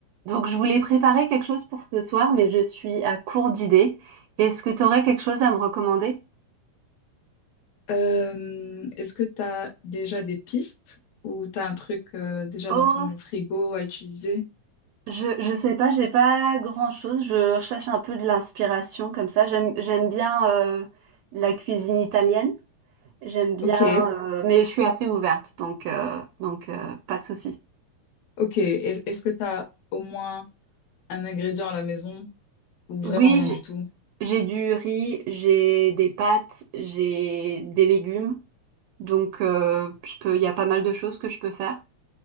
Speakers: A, on the right (about 75°); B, on the left (about 70°).
A: Donc, je voulais préparer quelque chose pour ce soir, mais je suis à court d'idées. Est-ce que tu aurais quelque chose à me recommander?
B: Euh, est-ce que tu as déjà des pistes ou tu as un truc euh, déjà
A: Oh,
B: dans ton frigo à utiliser?
A: je, je sais pas, j'ai pas grand-chose. Je cherche un peu de l'inspiration comme ça. J'aime, j'aime bien euh, la cuisine italienne. J'aime bien,
B: Ok,
A: euh, mais je suis assez ouverte, donc, euh, donc euh, pas de souci.
B: ok. Est- Est-ce que tu as au moins un ingrédient à la maison ou vraiment
A: Oui,
B: rien
A: j'-
B: du tout?
A: j'ai du riz, j'ai des pâtes, j'ai des légumes. Donc, euh, je peux, il y a pas mal de choses que je peux faire.